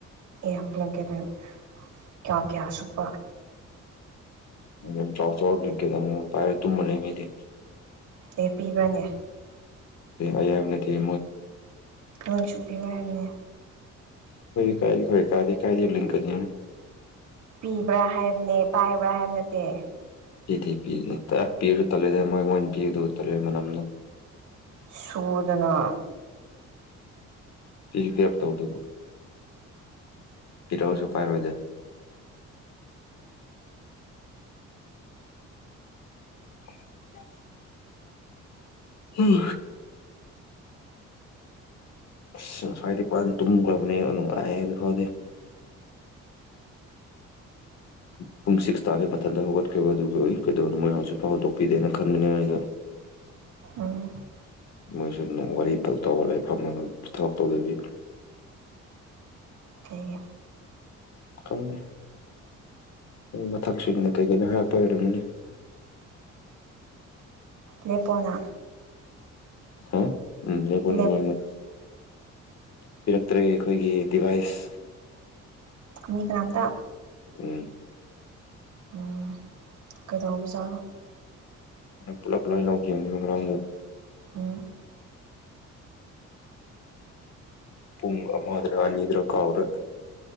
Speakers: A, on the right; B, on the left.
A: ꯑꯦꯕ꯭ꯂ ꯀꯗ ꯀꯌꯥ ꯀꯌꯥ ꯁꯨꯄ
B: ꯌꯥꯝ ꯆꯥꯎ ꯆꯥꯎꯔꯀꯦꯗ ꯑꯃꯨꯛ ꯄꯥꯏꯔ ꯇꯨꯝꯕ ꯂꯩꯉꯩꯗꯤ
A: ꯑꯦ ꯄꯤꯕ꯭ꯔꯅꯦ
B: ꯑꯌꯥꯝ ꯅꯣꯏ ꯀꯩ
A: ꯈꯉꯪꯒꯤ ꯁꯛꯄꯤꯕ ꯍꯥꯏꯕꯅꯦ
B: ꯀꯥꯏ ꯐꯦ ꯀꯥꯏꯗꯤ ꯀꯥꯏꯗꯤ ꯂꯀꯅꯤ
A: ꯏꯕ꯭ꯔꯥ ꯍꯥꯏꯕꯅꯦ ꯄꯥꯏꯕ꯭ꯔꯥ ꯍꯥꯏꯕ ꯅꯠꯇꯦ
B: ꯄꯤꯗꯤ ꯄꯤ ꯄꯤꯔꯁꯨ ꯇꯜꯂꯦꯔꯦ ꯃꯣꯏ ꯃꯣꯏꯅ ꯄꯤꯨꯗꯨ ꯇꯜꯂꯦꯔꯦ ꯃꯅꯝꯅ
A: ꯁꯨꯗꯅ
B: ꯁꯤꯖꯤ ꯀꯌꯥꯥꯛ ꯇꯕꯗ ꯏꯔ ꯋꯥꯁꯨ ꯀꯥꯏꯔ ꯑꯣꯏꯣꯏꯗ ꯎ ꯎꯝ ꯑꯁ ꯉꯁꯋꯥꯗꯤ ꯄꯔ ꯇꯨꯝꯈ꯭ꯔꯕꯅꯦ ꯅꯨꯡꯉꯥꯏ ꯑꯗꯨ ꯈꯥꯎꯗꯗꯤ ꯎꯝ ꯄꯨꯡ ꯁꯤꯛꯁ ꯇꯥꯕꯒꯤꯩ ꯃꯊꯟꯇ ꯍꯧꯒꯠꯈꯤꯕ ꯑꯗꯨꯒꯤ ꯑꯣꯏꯏ ꯀꯩꯗꯧꯅꯣ ꯃꯣꯏ ꯍꯧꯖꯤꯁꯨ ꯐꯥꯎꯗꯣꯛꯄꯤꯗꯦꯅ ꯈꯟꯕꯅꯦ ꯃꯣꯏꯗꯣ <unintelligible>
A: ꯎꯝ
B: ꯃꯣꯏꯁꯨ ꯋꯥꯔꯤ ꯄꯜ ꯇꯧꯔ ꯂꯩꯐꯝ ꯑꯃ ꯄ ꯊꯕ ꯇꯧꯗꯔꯤ
A: ꯊꯦꯡꯒ
B: ꯀꯪꯃꯦ ꯃꯊꯛꯁꯤꯨꯅ ꯀꯩꯒꯤꯅꯣ ꯍꯥꯏꯔꯛꯄ ꯑꯣꯏꯔꯝꯒꯅꯤ
A: ꯂꯦꯞꯄꯣꯅ
B: ꯑ ꯎꯝ ꯌꯦꯣ ꯅꯣꯏꯅ
A: ꯂꯦꯞ
B: ꯄꯤꯔꯛꯇ꯭ꯔꯦ ꯑꯩꯈꯣꯏꯒꯤ ꯗꯤꯚꯥꯏꯁ
A: ꯃꯤ ꯀꯅꯥꯝꯗ
B: ꯎꯝ
A: ꯎꯝ ꯀꯩꯗꯧꯕꯖꯥꯠꯂꯣ
B: ꯄꯨꯂ ꯄꯨꯂꯦꯉꯅꯤ ꯉ꯭ꯔꯥꯡ
A: ꯎꯝ
B: ꯄꯨꯡ ꯃꯥꯗ꯭ꯔꯣ ꯑꯅꯤꯗ꯭ꯔꯣ ꯀꯥꯎꯔꯦ